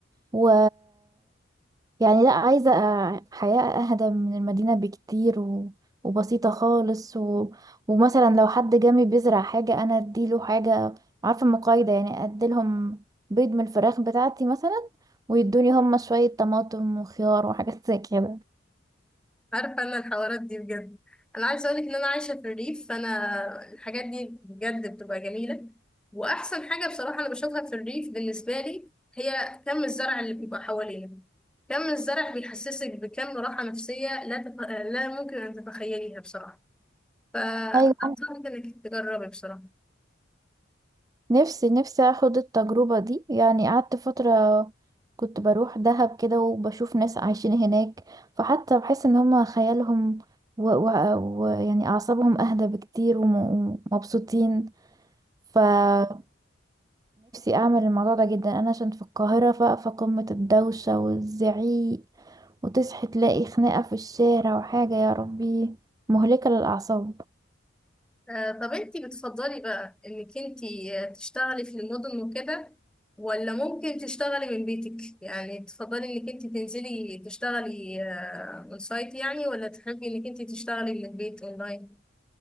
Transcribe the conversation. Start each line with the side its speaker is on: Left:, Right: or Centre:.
Right: و يعني لا عايزة أ- حياة اهدى من المدينة بكتير و... وبسيطة خالص و... ومثلا لو حد جامي بيزرع حاجة انا اديله حاجة عارفة مقايضة يعني اديلهم بيض من الفراخ بتاعتي مثلا ويدوني هما شوية طماطم وخيار وحاجات زي كده
Centre: عارفة أنا الحوارات دي بجد أنا عايزة أقولك إن أنا عايشة في الريف فأنا الحاجات دي بجد بتبقى جميلة وأحسن حاجة بصراحة أنا بشوفها في الريف بالنسبة لي هي كم الزرع اللي بيبقى حوالينا كم الزرع بيحسسك بكم راحة نفسية لا تف... لا ممكن أن تتخيليها بصراحة فأنصحك
Right: ايوه
Centre: إنك تجربي بصراحة
Right: نفسي نفسي اخد التجربة دي يعني قعدت فترة كنت بروح دهب كده وبشوف ناس عايشين هناك فحتى بحس ان هما خيالهم و... و... و... يعني اعصابهم اهدى بكتير وم... ومبسوطين فنفسي اعمل الموضوع ده جدا انا عشان في القاهرة ف... فقمة الدوشة والزعيق وتصحي تلاقي خناقة في الشارع وحاجة يا ربي مهلكة للأعصاب
Centre: آه، طب انتي بتفضلي بقى انك انتي آه، تشتغلي في المدن وكده ولا ممكن تشتغلي من بيتك يعني تفضلي انك انتي تنزلي تشتغلي اون سايت يعني ولا تحبي انك انتي تشتغلي من البيت اونلاين